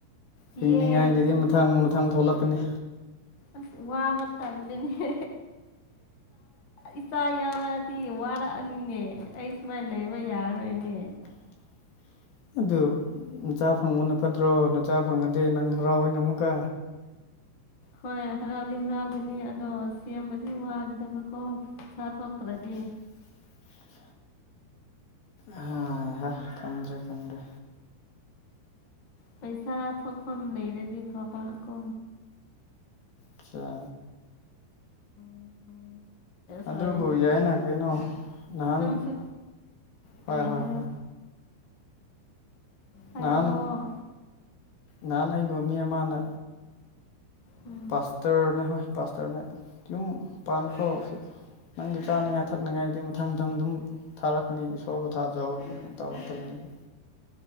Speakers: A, on the left; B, on the left.
A: ꯌꯦ
B: ꯍꯤꯡꯅꯤꯉꯥꯏꯒꯤꯗꯤ ꯃꯊꯪ ꯃꯊꯪ ꯊꯣꯛꯂꯛꯀꯅꯤ
A: ꯑꯁ ꯋꯥꯕ ꯇꯜꯂꯤꯅꯦ ꯏꯆꯥ ꯌꯥꯎꯔꯛꯑꯗꯤ ꯋꯥꯔꯛꯑꯅꯤꯅꯦ ꯑꯩ ꯁꯨꯃꯥꯏꯅ ꯂꯩꯕ ꯌꯥꯔꯔꯣꯏꯅꯦ
B: <inaudible> ꯑꯗꯨ ꯅꯆꯥ ꯐꯪꯕꯅ ꯐꯠꯇ꯭ꯔꯣ ꯅꯆꯥ ꯐꯪꯉꯗꯤ ꯅꯪ ꯍꯔꯥꯎꯏꯅ‌ꯦ ꯑꯃꯨꯛꯀ
A: ꯍꯣꯏ ꯍꯔꯥꯎꯗꯤ ꯍꯔꯥꯎꯒꯅꯤ ꯑꯗꯣ ꯁꯦꯝꯕꯗꯤ ꯋꯥꯒꯗꯕꯀꯣꯥ ꯄꯩꯁꯥꯊꯣꯛꯇ꯭ꯔꯗꯤ
B: <inaudible> ꯑꯍꯥꯍꯥ ꯈꯟꯗ꯭ꯔꯦ ꯈꯟꯗ꯭ꯔꯦ
A: ꯄꯩꯁꯥ ꯊꯣꯛꯐꯝ ꯂꯩꯔꯗꯤ ꯐꯕ ꯀꯣ
B: ꯑꯆꯥ ꯑꯗꯨꯕꯨ
A: ꯁꯣꯔꯤ
B: ꯌꯥꯏꯅ ꯀꯩꯅꯣ ꯅꯍꯥꯟ
A: ꯅꯪꯁꯨ
B: ꯍꯣꯏ
A: ꯀꯔꯤ
B: ꯍꯣꯏ
A: ꯍꯥꯏꯔꯣ ꯍꯥꯏꯔꯛꯑꯣ
B: ꯅꯍꯥꯟ ꯅꯍꯥꯟ ꯑꯏꯕ ꯃꯤ ꯑꯃꯅ
A: ꯎꯝ
B: ꯄꯥꯁꯇꯔꯅꯦ ꯍꫭꯏ ꯄꯥꯁꯇꯔꯅꯦ ꯌꯨꯝ ꯄꯥꯈꯔꫭ ꯅꯪꯗꯤ ꯆꯥꯅꯤꯉꯥꯏ ꯊꯛꯅꯤꯉꯥꯏꯗꯤ ꯃꯊꯪ ꯃꯊꯪ ꯑꯗꯨꯝ ꯊꯥꯔꯛꯀꯅꯤ ꯏꯁꯣꯔꯕꯨ ꯊꯥꯖꯧ‌ ꯇꯧꯔꯛꯄꯅ‌ꯦꯕ